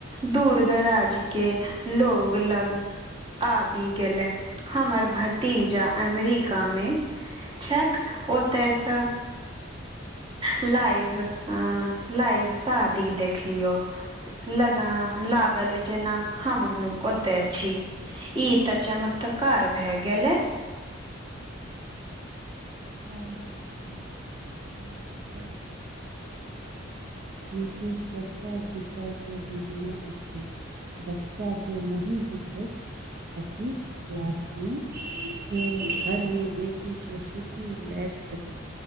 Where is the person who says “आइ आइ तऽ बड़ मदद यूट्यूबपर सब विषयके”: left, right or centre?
Right